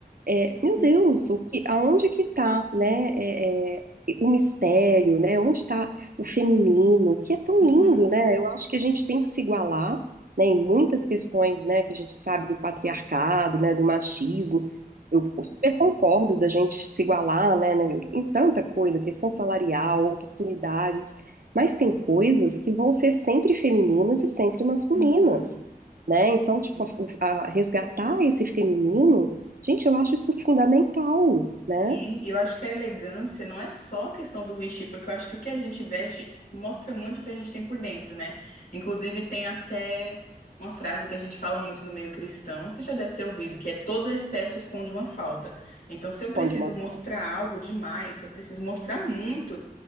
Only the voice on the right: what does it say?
é, meu
Deus, o que, aonde que tá, né, é, é, o mistério, né, onde tá o feminino, que é tão
lindo, né, eu acho que a gente tem que se igualar, né, em muitas questões, né, que a gente sabe do patriarcado, né, do machismo, eu super concordo da gente se igualar, né, né, em tanta coisa, questão salarial, oportunidades, mas tem coisas que vão ser sempre femininas e sempre masculinas,
né? Então, tipo,
a, o- a- resgatar esse feminino, gente, eu acho isso fundamental, né?
Esconde
uma
pauta.